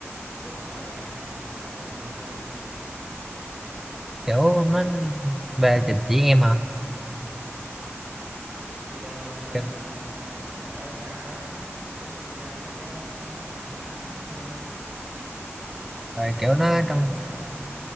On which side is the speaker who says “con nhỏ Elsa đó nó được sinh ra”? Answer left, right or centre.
Right